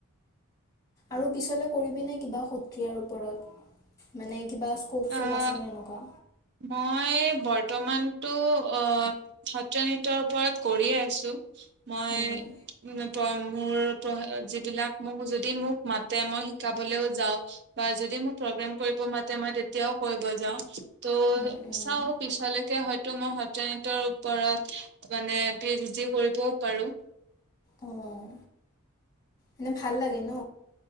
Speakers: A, on the left; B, on the right.
A: আৰু পিছলে কৰিবিনে কিবা সত্ৰিয়াৰ ওপৰত মানে। কিবা স্ক'প শ্ব'প
B: আহ
A: আছেনে এনেকুৱা।
B: মই বৰ্তমানতো অঁ সত্য নৃত্যৰ ওপৰত কৰিয়ে আছো। মই
A: উম
B: যিমান পাৰিম। মোৰ যিবিলাক মোক যদি মোক মাতে মই শিকাবলৈও যাওঁ। বা যদি মোক প্ৰ কৰিব মা মই তেতিয়াও কৰিব যাওঁ। ত
A: উম উম
B: চাও পিছাল ক। মই সত নৃত্যৰ ওপৰত মানে পি এইচ ডি কৰিবও পাৰো।
A: অঁ মানে ভাল লাগে ন।